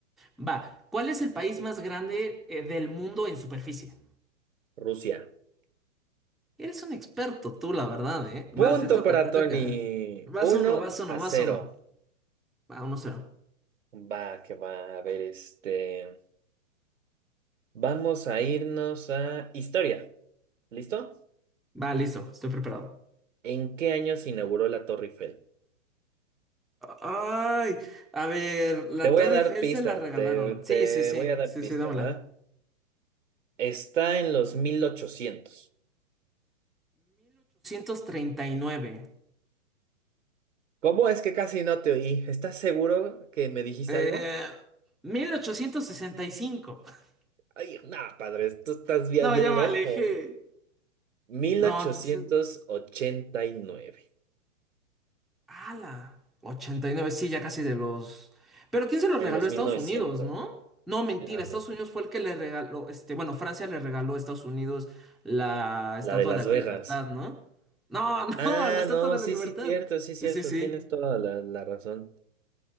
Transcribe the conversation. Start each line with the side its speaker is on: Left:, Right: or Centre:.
Centre: Va, ¿cuál es el país más grande eh, del mundo en superficie?
Right: Rusia.
Centre: Eres un experto tú, la verdad, ¿eh?
Right: Punto
Centre: Va, te toca,
Right: para
Centre: te
Right: Tony.
Centre: toca. Vas
Right: Uno
Centre: uno, vas uno,
Right: a
Centre: vas
Right: cero.
Centre: uno. Va, uno cero.
Right: Va, que va. A ver, este. Vamos a irnos a historia. ¿Listo?
Centre: Va, listo, estoy preparado.
Right: ¿En qué año se inauguró la Torre Eiffel?
Centre: Ay, a ver, la
Right: Te voy
Centre: Torre
Right: a dar
Centre: Eiffel
Right: pista.
Centre: se la regalaron.
Right: Te,
Centre: Sí,
Right: te
Centre: sí, sí,
Right: voy a dar
Centre: sí,
Right: pista,
Centre: sí, dámela.
Right: ¿va? Está en los 1800.
Centre: 1839.
Right: ¿Cómo es que casi no te oí? ¿Estás seguro que me dijiste
Centre: Eh,
Right: algo?
Centre: 1865. <laughs>
Right: Ay, nada, padre, tú estás bien,
Centre: No,
Right: bien
Centre: ya me
Right: lejos.
Centre: alejé.
Right: Mil
Centre: No,
Right: ochocientos
Centre: entonces.
Right: ochenta y nueve,
Centre: ¡Hala! ochenta y nueve sí, ya casi de los... Pero ¿quién se los
Right: en
Centre: regaló
Right: los
Centre: a Estados
Right: mil novecientos,
Centre: Unidos, no? No, mentira,
Right: la,
Centre: Estados Unidos fue el que le regaló, este, bueno, Francia le regaló a Estados Unidos la
Right: la
Centre: Estatua
Right: de Las
Centre: de la
Right: Vegas.
Centre: Libertad, ¿no? No, <laughs>
Right: Ah,
Centre: no, la Estatua
Right: no,
Centre: de
Right: sí,
Centre: la Libertad.
Right: sí, cierto, sí,
Centre: Sí,
Right: cierto,
Centre: sí, sí.
Right: tienes toda la, la razón.